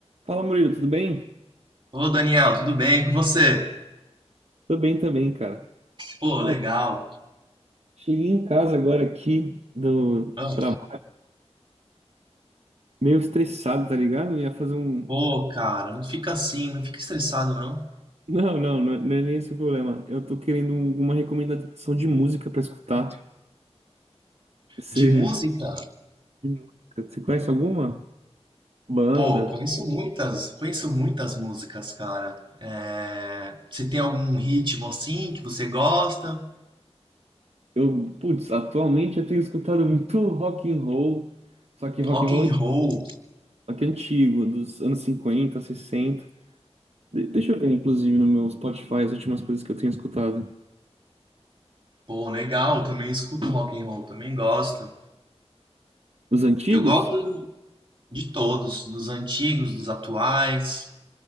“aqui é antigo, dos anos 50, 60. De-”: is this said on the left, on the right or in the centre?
Right